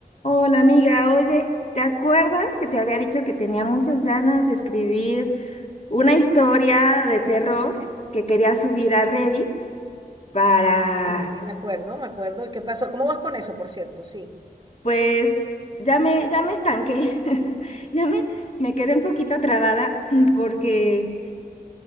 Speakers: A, on the left; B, on the right.
A: Hola amiga, oye, ¿te acuerdas que te había dicho que tenía muchas ganas de escribir una historia de terror que quería subir a Reddit para,
B: Sí, sí, me acuerdo, me acuerdo. ¿Qué pasó? ¿Cómo vas con eso, por cierto? Sí.
A: pues, ya me, ya me estanqué, <laughs> ya me, me quedé un poquito trabada <clears throat> porque